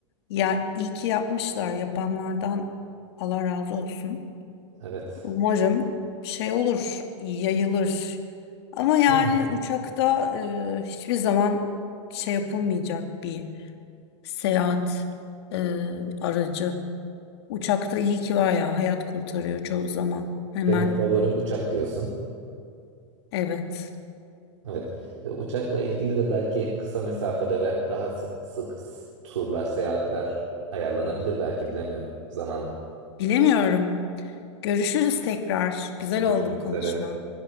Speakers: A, on the left (about 55°); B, on the right (about 80°).
A: Ya iyi ki yapmışlar. Yapanlardan Allah razı olsun.
B: Evet.
A: Umarım şey olur, yayılır. Ama yani
B: Doğru.
A: uçakta e, hiçbir zaman şey yapılmayacak bir seyahat e, aracı. Uçakta iyi ki var ya hayat kurtarıyor çoğu zaman. Hemen
B: Benim favorim uçak diyorsun.
A: evet.
B: Evet. E, Uçakla ilgili de belki kısa mesafelere daha sı- sık s- turlar, seyahatler ayarlanabilir belki bilemiyorum zamanla.
A: Bilemiyorum. Görüşürüz tekrar. Güzel
B: Görüşmek
A: oldu bu konuşma.
B: üzere.